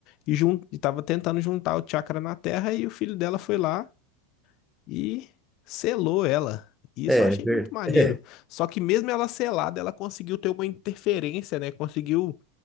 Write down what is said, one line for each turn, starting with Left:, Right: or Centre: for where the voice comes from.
Left: e, jun... e tava tentando juntar o chakra na Terra, e o filho dela foi lá e selou ela. E Isso
Centre: é,
Left: eu achei
Centre: é ver,
Left: muito maneiro.
Centre: <laughs> é,
Left: Só que mesmo ela selada, ela conseguiu ter uma interferência, né? Conseguiu,